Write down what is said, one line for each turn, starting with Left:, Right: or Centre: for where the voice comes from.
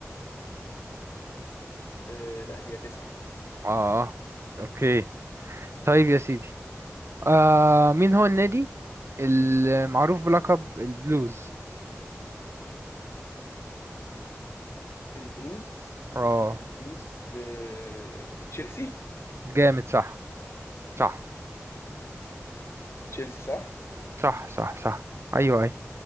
Left: آه، لا هي تسعة
Right: اه اوكي طيب يا سيدي آه مين هو النادي المعروف بلقب البلوز
Left: البلوز
Right: اه
Left: البلوز آه، تشيلسي
Right: جامد صح صح
Left: تشيلسي صح
Right: صح صح صح ايوه ايوه